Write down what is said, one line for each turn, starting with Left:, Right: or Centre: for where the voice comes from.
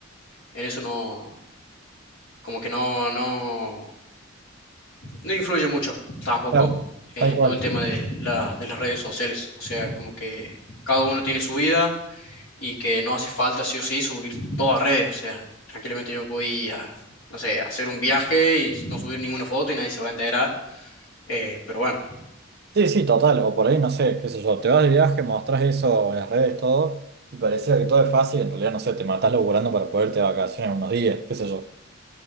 Left: en eso no, como que no, no, no influye mucho tampoco
Right: Claro,
Left: eh,
Right: tal cual.
Left: todo el tema de la- de las redes sociales, o sea, como que cada uno tiene su vida y que no hace falta sí o sí subir todas redes, o sea, tranquilamente yo voy a, no sé, hacer un viaje y no subir ninguna foto y nadie se va a enterar, eh, pero bueno.
Right: Sí, sí, total, o por ahí no sé, qué sé yo, te vas de viaje, mostrás eso en las redes, todo, y pareciera que todo es fácil, en realidad no sé, te matás laburando para poderte de vacaciones unos días, qué sé yo.